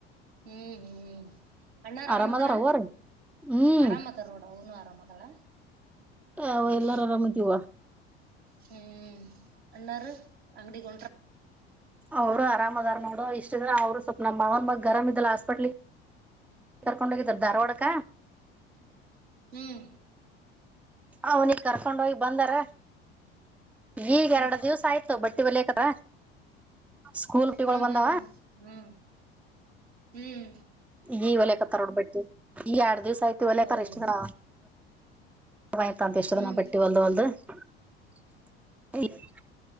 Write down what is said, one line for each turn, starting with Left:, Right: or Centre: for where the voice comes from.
Right: ಹ್ಮ್ ಹ್ಮ್ ಅಣ್ಣಾರ್
Centre: ಆರಾಮದಾರ
Right: ಆರಾಮ್ದಾರ
Centre: ಅವ್ವರಿ ಹ್ಮ್
Right: ಆರಾಮ್ದಾರ ನೋಡ ಅವನು ಆರಾಮ್ ಅದಾಳ
Centre: ಅವ
Right: ಹ್ಮ್
Centre: ಎಲ್ಲಾರ ಆರಾಮದೀವ
Right: ಹ್ಮ್. ಅನ್ನಾರ ಅಂಗಡಿಗೊ
Centre: ಅವರು ಅರಾಮ್ ದರ ನೋಡ ಇಷ್ಟ ಇದ್ರ ಅವರು ಸ್ವಲ್ಪ ನಮ್ಮ ಮಾವನ ಮಗ ಆರಾಮ ಇದಲ್ಲ ಹಾಸ್ಪೆಟ್ಲಿಗ್ ಕರ್ಕೊಂಡ ಹೋಗಿದ್ರ ಧಾರವಾಡಕ.
Right: ಹ್ಮ್
Centre: ಅವನಿಗೆ ಕರ್ಕೊಂಡ ಹೋಗ್ ಬಂದರ. ಈಗ
Right: ಹ್ಮ್
Centre: ಎರಡ ದಿವಸ ಆಯ್ತು ಬಟ್ ವಲೇಕದ ಸ್ಕೂಲ್ ಟಿಗೋಲ್
Right: ಹ್ಮ್
Centre: ಬಂದಾವಾ
Right: ಹ್ಮ್ ಹ್ಮ್ ಹ್ಮ್ ಹ್ಮ್
Centre: ಹಿ ಒಲೆ ಕಪ್ ತೋಡ್ಬಿಟ್ಟು ಈ ಎರಡ್ ದಿವ್ಸ ತಿ ಆಯ್ತಾ ಹೋಲ್ಯ
Right: ಹೌದನ
Centre: ಕತ್ತಾರ್ ಎಸ್ಟ್ ದಿನಾ ಯ್ತ ಅಂತ ಇಷ್ಟ
Right: ಹ್ಮ್
Centre: ದಿನಾ ಬಟ್ಟಿ ಒಲ್ದು ಒಲ್ದು. <inaudible>